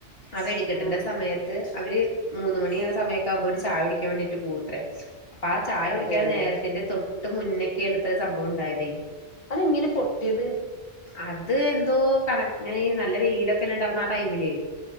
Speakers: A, on the left; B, on the left.
A: അവ വെടിക്കിട്ടിന്റെ
B: ആ
A: സമയത്ത് അവര് മൂന്ന് മണി ആ സമയൊക്കെ ആകുമ്പോ ഒരു ചായ പിടിക്കാൻ വേണ്ടിട്ട് പോവൂത്രേ. അപ്പൊ ആ ചായ കുടിക്കാൻ
B: അതെ അതെ
A: നേരത്തിന്റെ തൊ ഇട്ട് മുന്നൊക്കെയാണ് ഇത്ത ഒരു സംഭവം ഉണ്ടായതെ.
B: അതെങ്ങനെ പൊട്ടിയത്.
A: അത് എന്തോ കണ ഇങ്ങനെ നല്ല വെയിലൊക്കെല്ലാം ഉണ്ടായിരന്ന ആ ടൈമില്.